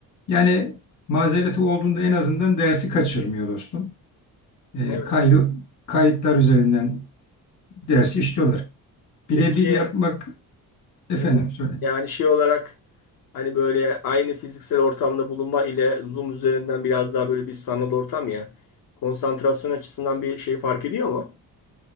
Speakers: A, on the left; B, on the left.
A: Yani mazereti olduğunda en azından dersi kaçırmıyor dostum. E,
B: Evet.
A: kaydı, kayıtlar üzerinden dersi işliyorlar.
B: Peki
A: Birebir yapmak efendim
B: e,
A: söyle.
B: yani şey olarak hani böyle aynı fiziksel ortamda bulunma ile Zoom üzerinden biraz daha böyle bir sanal ortam ya. Konsantrasyon açısından bir şey fark ediyor mu?